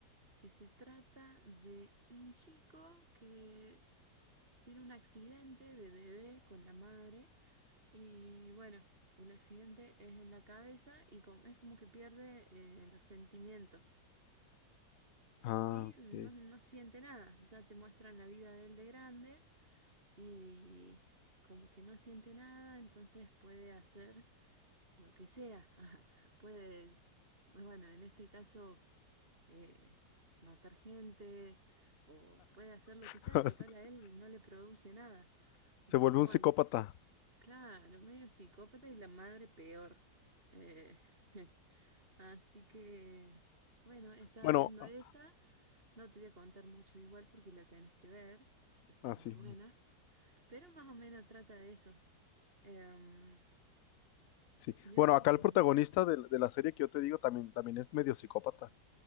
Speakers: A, on the right; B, on the left.
A: que se trata de un chico que tiene un accidente de bebé con la madre y bueno, el accidente es en la cabeza y com- es como que pierde eh, los sentimientos.
B: Ah,
A: Y
B: ok.
A: no, no siente nada, ya te muestran la vida de él de grande y como que no siente nada, entonces puede hacer lo que sea. <laughs> Ajá, Puede, bueno, en este caso, eh, matar gente o puede hacer lo
B: <laughs>
A: que sea, total a él no le produce nada,
B: Se
A: le da
B: vuelve
A: igual.
B: un psicópata.
A: Claro, medio psicópata y la madre peor. Eh, <laughs> así que, bueno, estaba
B: Bueno,
A: viendo
B: a-
A: esa. No te voy a contar mucho igual porque la tenés que ver. Está
B: ah,
A: muy
B: sí,
A: buena. Pero más o menos trata de eso. Em,
B: sí.
A: y
B: Bueno,
A: otra
B: acá
A: que...
B: el protagonista de, de la serie que yo te digo también, también es medio psicópata.